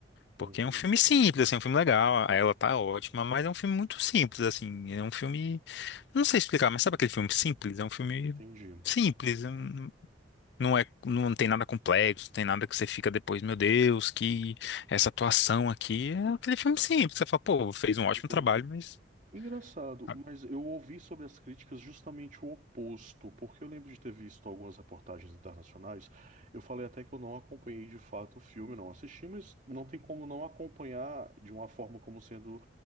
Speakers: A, on the left; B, on the right.
A: Porque
B: uhum,
A: é um filme simples, assim, é um filme legal, ela tá ótima, mas é um filme muito simples, assim. É um filme. Não sei explicar, mas sabe aquele filme simples? É um filme
B: entendi,
A: simples. hum, não é, não tem nada complexo, tem nada que você fica depois, meu Deus, que essa atuação aqui é aquele filme simples. Você fala, pô, fez um ótimo
B: entendi.
A: trabalho, mas.
B: Engraçado,
A: ah."
B: mas eu ouvi sobre as críticas justamente o oposto, porque eu lembro de ter visto algumas reportagens internacionais. Eu falei até que eu não acompanhei de fato o filme, não assisti, mas não tem como não acompanhar de uma forma como sendo